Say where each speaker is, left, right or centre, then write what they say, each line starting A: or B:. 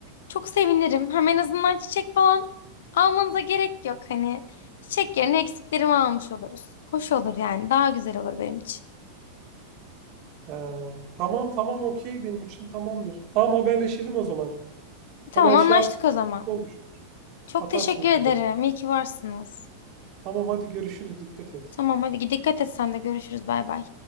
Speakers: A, on the left (about 55°); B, on the right (about 40°).
A: çok sevinirim. Hem en azından çiçek falan almanıza gerek yok. Hani çiçek yerine eksiklerimi almış oluruz. Hoş olur yani. Daha güzel olur benim için.
B: Ee, tamam tamam okey benim için tamamdır. Tamam haberleşelim o zaman.
A: Tamam
B: Hemen
A: anlaştık
B: şey yap
A: o zaman.
B: oluştu.
A: Çok
B: Atarsın
A: teşekkür ederim.
B: bana.
A: İyi ki varsınız.
B: Tamam hadi görüşürüz. Dikkat et.
A: Tamam hadi dikkat et sen de görüşürüz. Bay bay.